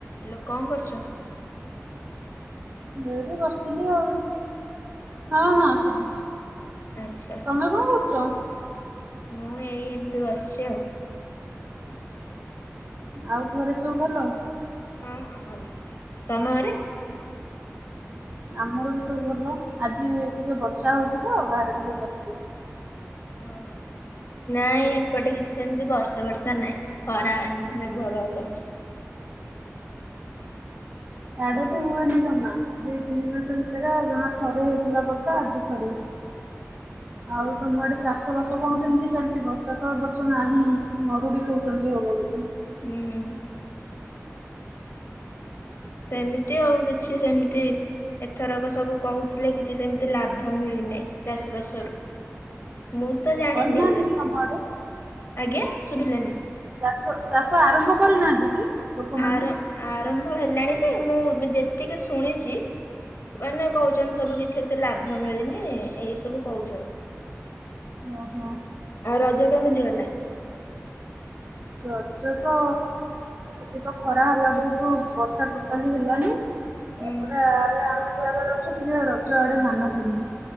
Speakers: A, on the left; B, on the right.
A: Hello କଣ କରୁଚ?
B: ମୁଁ ଏଇଠି ବସିଥିଲି ଆଉ ହଁ ହଁ ଶୁଭୁଚି।
A: ଆଚ୍ଛା
B: ତମେ କଣ କରୁଚ?
A: ମୁଁ ଏଇ ଏମିତି ବସିଚି ଆଉ।
B: ଆଉ ଘରେ ସବୁ ଭଲ?
A: ହଁ ହଁ ଭଲ। ତମ ଘରେ
B: ଆମର ବି ସବୁ ଭଲ। ଆଜି ଟିକେ ବର୍ଷା ହୋଇଚି ତ ବାହାରେ ଟିକେ ବସିଚି।
A: ଓ ନାଇଁ ଏପଟେ କିଛି ସେମତି ବର୍ଷା ବର୍ଷା ଖରା ଏମିତି ମେଘୁଆ ପାଗ କରିଚି।
B: ଇଆଡେ ବି ହୁଏନି ଜମା ଦି ତିନି ମାସ ଭିତରେ ଜମା ଥରେ ହେଇଥିଲା ବର୍ଷା ଆଜି ଥରେ। ଆଉ ତମ ଆଡେ ଚାଷ ବାସ କଣ କେମିତି ଚାଲିଚି ବର୍ଷା ତ ଏ ବର୍ଷ ନାହିଁ ମରୁଡି କହୁଚନ୍ତି ହବ ବୋଲି।
A: ହୁଁ। ସେମିତି ଆଉ କିଛି ସେମିତି ଏଥରକ ସବୁ କହୁଥିଲେ କିଛି ସେମିତି ଲାଭ ମିଳିନାହିଁ ଚାଷ ବାଷରୁ। ମୁଁ ତ ଜାଣିନି
B: କରିନାହାନ୍ତି
A: ମାନେ
B: କି ତମ ଆଡେ?
A: ଆଜ୍ଞା ଶୁଭିଲାନି
B: ଚାଷ ଚାଷ ଆରମ୍ଭ କରିନାହାନ୍ତି କି ଲୋକମାନେ?
A: ଆର ଆରମ୍ଭ ହେଲାଣି ଯେ ମୁଁ ଯେତିକି ଶୁଣିଚି ମାନେ କୋହୁଚନ୍ତି ସବୁ କିଛି ଏତେ ଲାଭ ଲାଭ ମିଳିନି ଏଇ ସବୁ କୋହୁଚନ୍ତି।
B: ଓ ହୋ।
A: ରଜ କେମିତି ଗଲା?
B: ରଜ ତ ଏଠି ତ ଖରା ହେଲା ବୋହୁତ ବର୍ଷା ଟୋଟାଲି ହେଲାନି। ତାପରେ
A: ହୁଁ
B: ଆଡେ ଆମେ ଯୋଉ ଜାଗାରେ ଅଛୁ ଟିକେ ରଜ ଇଆଡେ ମାନନ୍ତି ନି।